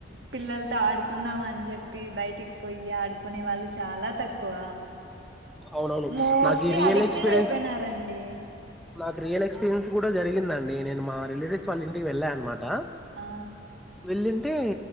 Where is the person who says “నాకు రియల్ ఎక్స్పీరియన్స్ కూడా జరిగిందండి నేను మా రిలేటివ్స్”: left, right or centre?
Centre